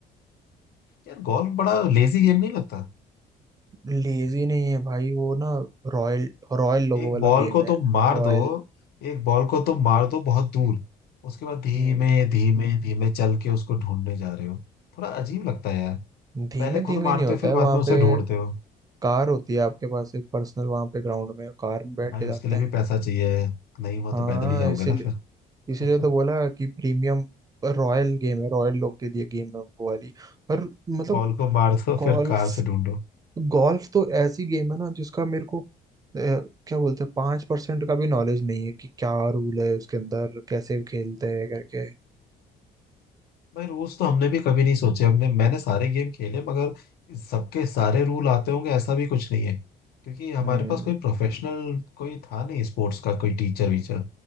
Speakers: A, on the left; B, on the right.
A: यार गोल्फ बड़ा लेजी गेम नहीं लगता
B: लेजी नहीं है भाई वो ना रॉयल रॉयल लोगो
A: एक
B: वाला
A: बॉल
B: गेम
A: को
B: है
A: तुम मार
B: रॉयल
A: दो एक बॉल को तुम मार दो बहुत दूर उसके बाद धीमे
B: हम्म,
A: धीमे धीमे चल के उसको ढूंढने जा रहे हो थोड़ा अजीब लगता है यार
B: धीमे
A: पहले
B: धीमे
A: खुद मारते
B: नहीं होता
A: हो फिर
B: है वहां
A: बाद में उसे
B: पे
A: ढूंढते हो
B: कार होती है आपके पास एक पर्सनल वहां पे ग्राउंड में कार में बैठ
A: अब भाई
B: के
A: उसके
B: जाते
A: लिए
B: हैं
A: भी पैसा चाहिए नहीं हुआ
B: हाँ
A: तो पैदल ही जाओगे
B: इसीलिए
A: ना फिर
B: इसीलिए तो
A: <laughs>
B: बोला कि प्रीमियम रॉयल गेम है रॉयल लोग के लिए गेम है वो वाली और मतलब
A: बॉल को मार दो
B: गोल्फ
A: फिर कार से ढूंढो
B: गोल्फ तो ऐसी गेम है ना जिसका मेरे को अ, क्या बोलते हैं पांच परसेंट का भी नॉलेज नहीं है कि क्या रूल है उसके अंदर कैसे खेलते हैं करके
A: भाई रूल्स तो हमने भी कभी नहीं सोचे हमने मैंने सारे गेम खेले मगर सबके सारे रूल आते होंगे ऐसा भी कुछ नहीं है क्योंकि हमारे
B: हम्म
A: पास कोई प्रोफेशनल कोई था नहीं स्पोर्ट्स का कोई टीचर वीचर